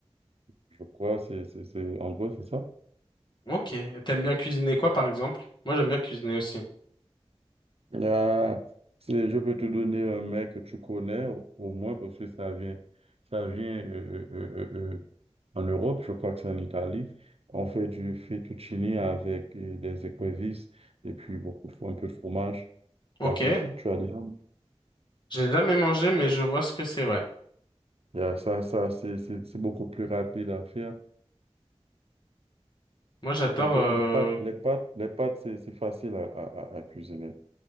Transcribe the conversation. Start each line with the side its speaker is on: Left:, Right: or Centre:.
Right: je crois. C'est, c'est, c'est, en gros, c'est ça.
Left: Ok. Et T'aimes bien cuisiner quoi, par exemple? Moi, j'aime bien cuisiner aussi.
Right: Ah, c'est- je peux te donner un mec que tu connais, au, au moins parce que ça vient, ça vient euh, euh, euh, euh, euh, en Europe, je crois que c'est en Italie. On fait du fettuccine avec euh, des écrevisses et puis beaucoup, de un peu de fromage.
Left: Ok.
Right: T'as- tu, tu as dit,
Left: J'ai jamais mangé, mais je vois ce que c'est, ouais.
Right: Yeah, ça, ça c'est c'est- c'est beaucoup plus rapide à faire.
Left: Moi, j'adore.
Right: En fait,
Left: euh,
Right: les pâtes, les pâtes, les pâtes, c'est c'est facile à, à, à à cuisiner.